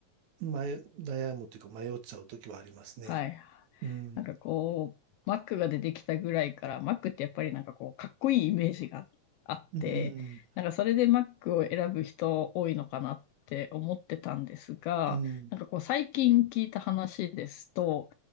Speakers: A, on the right (about 80°); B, on the left (about 80°).
A: 迷、悩むというか迷っちゃうときはありますね。
B: はい。
A: うん。
B: なんかこう、Mac が出てきたぐらいから、Mac ってやっぱりなんかこう、かっこいいイメージがあって、
A: うん。
B: なんかそれで Mac を選ぶ人多いのかなって思ってたんですが、
A: うん。
B: なんかこう、最近聞いた話ですと、